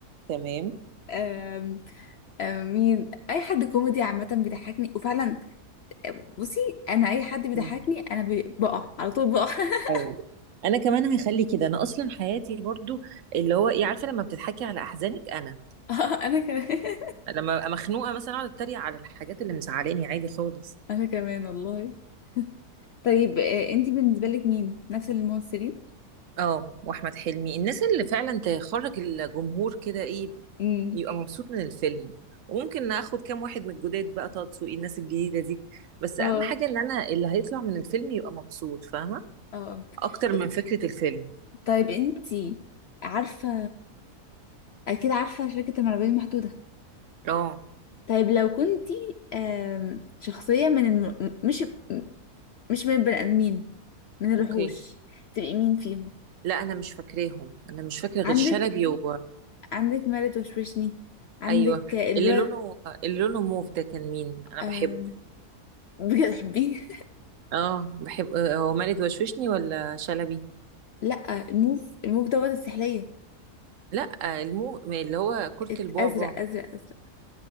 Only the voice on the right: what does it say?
تمام
مم.
ايوه انا كمان هخلي كده انا اصلا حياتي برضو اللي هو ايه عارفه لما بتضحكي على احزانك انا
لما ابقى مخنوقه مثلا اقعد اتريق على الحاجات اللي مزعلاني عادي خالص
اه واحمد حلمي الناس اللي فعلا تخرج الجمهور كده ايه
يبقى مبسوط من الفيلم وممكن اخد كام واحد من الجداد بقى طه دسوقي الناس الجديده دي بس
اهم حاجه ان انا اللي هيطلع من الفيلم يبقى مبسوط فاهمه
اكتر
من فكره الفيلم
اه
اوكي
لا انا مش فاكراهم انا مش فاكره غير
شلبي و
ايوه
اللي لونه اللي لونه موف ده كان مين انا
بحبه
اه بحب آه، هو مالد وشوشني ولا شلبي
لا المو اللي هو كرة
البعبع